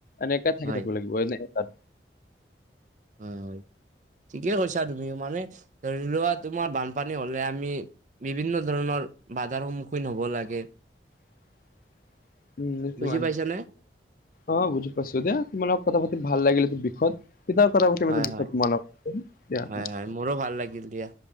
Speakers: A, on the left; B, on the right.
A: এনেকে থাকে
B: হয়
A: থাকিব লাগিব এনেকে তাত
B: উম হয়। ঠিকে কৈছা তুমিও মানে ধৰি লোৱা তোমাৰ বানপানী হ'লে আমি বিভিন্ন ধৰণৰ বাধাৰ সন্মুখীন হ'ব লাগে।
A: <inaudible> উম নিচো
B: বুজি
A: মানে,
B: পাইছানে
A: অ বুজি পাইছোঁ দিয়া তোমাৰ লগত কথা পাতি ভাল লাগিল এইটো বিষয়ত কিতাপ কৰা প
B: হয়
A: মে <unintelligible> দেখো
B: হয়
A: তোমাৰ লগত দিয়া
B: হয়
A: দিয়া
B: হয় মোৰো ভাল লাগিল দিয়া।